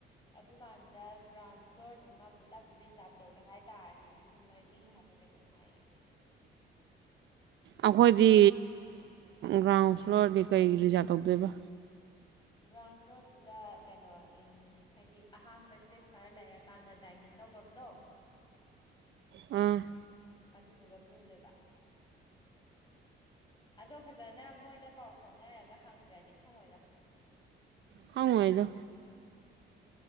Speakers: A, on the left (about 25°); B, on the right (about 65°).
A: ꯑꯗꯨꯀꯥꯟꯗ ꯒ꯭ꯔꯥꯎꯟ ꯐ꯭ꯂꯣꯔꯗꯨꯃ ꯄꯨꯜꯂꯞ ꯔꯤꯖꯥꯞ ꯇꯧꯒꯦ ꯍꯥꯏ ꯇꯥꯔꯗꯤ ꯂꯤꯁꯤꯡ ꯃꯔꯤ ꯍꯥꯏꯕ ꯀꯩꯅꯣ ꯑꯗꯨꯝ ꯍꯥꯏꯌꯦ
B: ꯑꯩꯈꯣꯏꯗꯤ ꯒ꯭ꯔꯥꯎꯟ ꯐ꯭ꯂꯣꯔꯗꯤ ꯀꯔꯤ ꯔꯤꯖꯥꯕ ꯇꯧꯗꯣꯏꯕ꯭ꯔꯣ
A: ꯒ꯭ꯔꯥꯎꯟ ꯐ꯭ꯂꯣꯔꯗꯨꯗ ꯀꯩꯅꯣ ꯎꯝ ꯍꯥꯏꯗꯤ ꯑꯍꯥꯡꯕ ꯏꯁꯄꯦꯁ ꯈꯔ ꯂꯩꯔꯛ ꯀꯥꯟꯗ ꯗꯥꯏꯅꯤꯡ ꯇꯧꯐꯝꯗꯣ
B: ꯎꯝ
A: ꯑꯗꯨꯗꯨꯒ ꯄꯨꯟꯗꯣꯏꯕ ꯑꯗꯣ ꯐꯖꯅ ꯃꯣꯏꯗ ꯄꯥꯎ ꯐꯥꯎꯅꯔꯒ ꯍꯪꯗ꯭ꯔꯗꯤ ꯈꯪꯉꯣꯏꯗ
B: ꯈꯪꯉꯣꯏꯗ